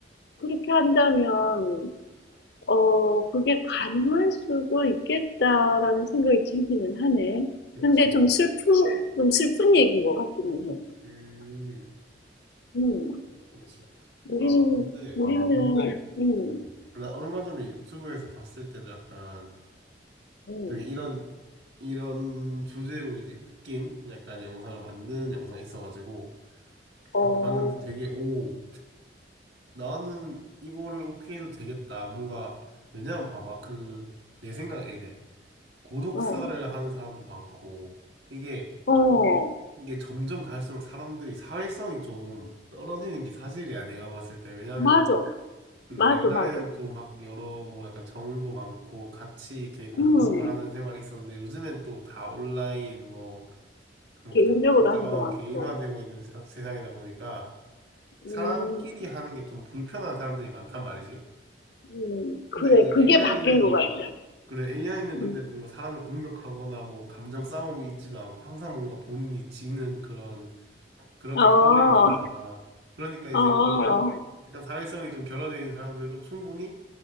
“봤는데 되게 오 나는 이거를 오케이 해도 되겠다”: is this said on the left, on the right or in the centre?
Right